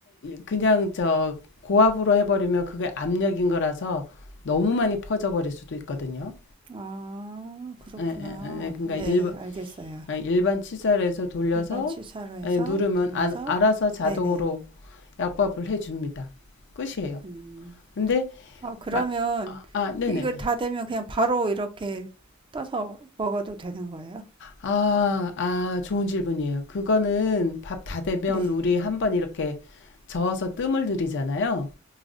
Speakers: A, on the left (about 60°); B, on the right (about 25°).
A: 그냥, 저 고압으로 해버리면 그게 압력인 거라서 너무 많이 퍼져버릴 수도 있거든요.
B: 아, 그렇구나.
A: 예, 예, 예. 네, 그러니까
B: 네,
A: 일,
B: 알겠어요.
A: 일반 치사로 해서 돌려서
B: 일반 취사로 해서
A: 누르면
B: 둘러서,
A: 아- 알아서 자동으로
B: 네네.
A: 약밥을 해줍니다. 끝이에요.
B: 음,
A: 근데
B: 아, 그러면
A: 마- 아, 아, 네네.
B: 이거 다 되면 그냥 바로 이렇게 떠서 먹어도 되는 거예요?
A: 아, 아, 좋은 질문이에요. 그거는 밥 다 되면
B: 네,
A: 우리 한번 이렇게 저어서 뜸을 들이잖아요.